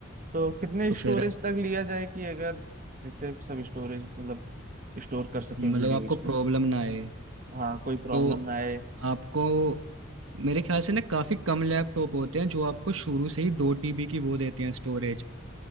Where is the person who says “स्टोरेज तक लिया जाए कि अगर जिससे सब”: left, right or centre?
Right